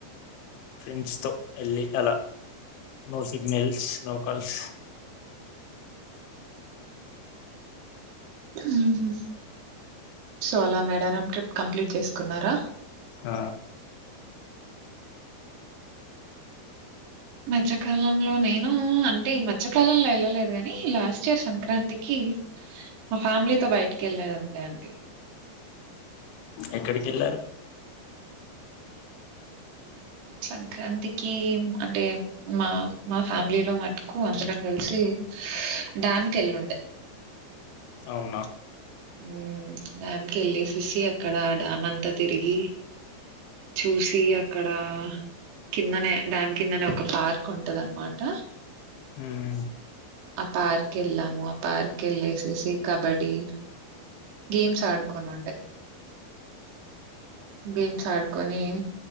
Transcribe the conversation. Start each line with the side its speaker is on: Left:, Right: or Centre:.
Left: ఫ్రెండ్స్ తో వెళ్ళి అలా నో సిగ్నల్స్ నో కాల్స్
Right: ఆహా సో అలా మేడారం ట్రిప్ కంప్లీట్ చేసుకున్నారా
Left: ఆ
Right: మధ్యకాలంలో నేను అంటే ఈ మధ్యకాలంలో ఎళ్ళలేదు గని లాస్ట్ ఇయర్ సంక్రాంతికి మా ఫ్యామిలీతో బయటికి ఎళ్ళలేదండి అంతే
Left: ఎక్కడికెళ్ళారు.
Right: సంక్రాంతికి అంటే మా మా ఫ్యామ్లీలో మట్టుకు అందరం కల్సి డ్యామ్ కెల్లుండే
Left: అవునా
Right: మ్ డ్యామ్కి ఎళ్ళేసేసి అక్కడ డ్యామ్ అంతా తిరిగి చూసి అక్కడ కిందనే డ్యామ్ కిందనే ఒక పార్క్ ఉంటదన్నమాట
Left: హ్
Right: ఆ పార్కెళ్ళము ఆ పార్క్ కెళ్ళేసేసి కబడీ గేమ్స్ ఆడుకోనుండే గేమ్స్ ఆడుకొని